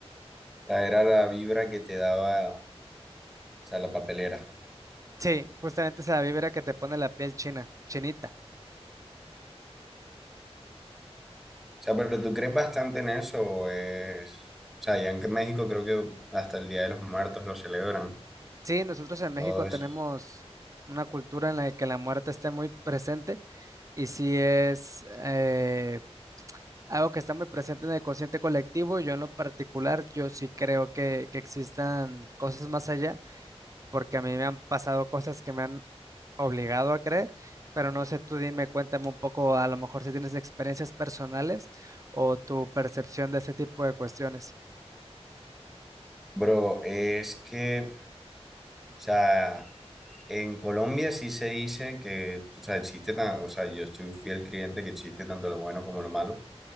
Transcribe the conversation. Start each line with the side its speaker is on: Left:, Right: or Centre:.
Centre: sea, era la vibra que te daba, o sea, la papelera.
Right: Sí, justamente esa vibra que te pone la piel china, chinita.
Centre: O sea, pero tú crees bastante en eso o es... O sea, ya en México creo que hasta el Día de los Muertos lo celebran.
Right: Sí, nosotros en México
Centre: Todo eso.
Right: tenemos una cultura en la que la muerte está muy presente y sí es eh, algo que está muy presente en el consciente colectivo. Yo en lo particular, yo sí creo que, que existan cosas más allá. porque a mí me han pasado cosas que me han obligado a creer, pero no sé, tú dime, cuéntame un poco, a lo mejor si tienes experiencias personales o tu percepción de ese tipo de cuestiones.
Centre: Bro, es que, o sea, en Colombia sí se dice que, o sea, existe, tan- o sea, yo estoy fiel creyente que existe tanto lo bueno como lo malo.